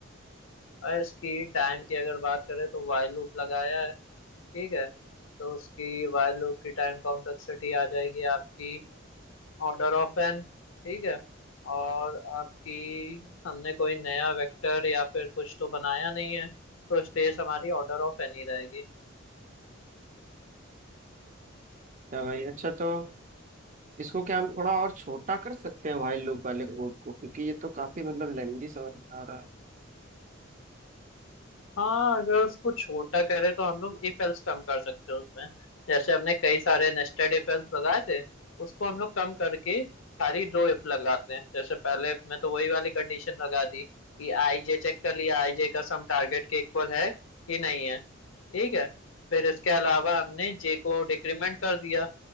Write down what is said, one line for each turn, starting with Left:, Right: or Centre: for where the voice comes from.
Left: और इसकी टाइम की अगर बात करें तो वाइल लूप लगाया है ठीक है तो उसकी वाइल लूप की टाइम कॉम्प्लेक्सिटी आ जाएगी आपकी ऑर्डर ऑफ एन ठीक है और आपकी हमने कोई नया वेक्टर या फिर कुछ तो बनाया नहीं है तो स्पेस हमारी ऑर्डर ऑफ एन ही रहेगी
Right: क्या भाई अच्छा तो इसको क्या हम थोड़ा और छोटा कर सकते हैं वाइल लूप वाले कोड को क्योंकि ये तो काफी मतलब लेंदी समझ में आ रहा है
Left: हाँ अगर उसको छोटा करें तो हम लोग इफ एल्स कम कर सकते हैं उसमें जैसे हमने कई सारे नेस्टेड इफ एल्स लगाए थे उसको हम लोग कम करके खाली दो इफ लगाते हैं जैसे पहले इफ में तो वही वाली कंडीशन लगा दी कि आई जे चेक कर लिया आई जे का सम टारगेट के इक्वल है कि नहीं है ठीक है फिर इसके अलावा हमने जे को डिक्रीमेंट कर दिया